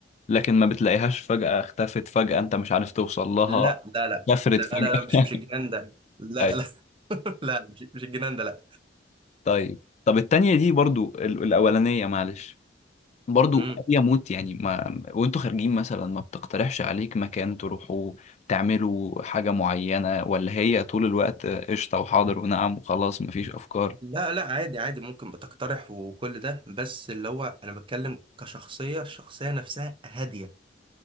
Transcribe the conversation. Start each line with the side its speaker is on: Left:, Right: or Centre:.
Left: لكن ما بتلاقيهاش فجأة اختفت فجأة انت مش عارف توصل لها
Right: لا لا لا
Left: كفرت
Right: لا
Left: فجأة
Right: لا لا مش مش الجنان ده
Left: <laughs>
Right: لا
Left: أيوه
Right: لا <laughs> لا مش مش الجنان ده لا
Left: طيب طب التانية دي برضو ال- الأولانية معلش برضو
Right: امم
Left: أبي أموت يعني ما وأنتوا خارجين مثلا ما بتقترحش عليك مكان تروحوا تعملوا حاجة معينة ولا هي طول الوقت قشطة وحاضر ونعم وخلاص مفيش أفكار
Right: لا لا عادي عادي ممكن بتقترح وكل ده بس اللي هو انا بتكلم كشخصيه الشخصيه نفسها هاديه